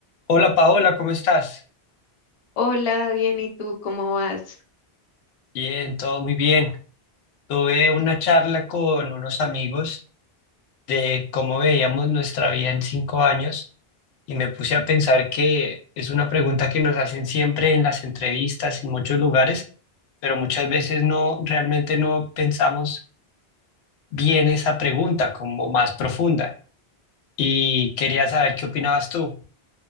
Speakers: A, on the left (about 90°); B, on the left (about 45°).
A: Hola Paola, ¿cómo estás?
B: Hola, bien, ¿y tú cómo vas?
A: Bien, todo muy bien. Tuve una charla con unos amigos de cómo veíamos nuestra vida en cinco años y me puse a pensar que es una pregunta que nos hacen siempre en las entrevistas, en muchos lugares, pero muchas veces no, realmente no pensamos bien esa pregunta como más profunda. Y quería saber qué opinabas tú.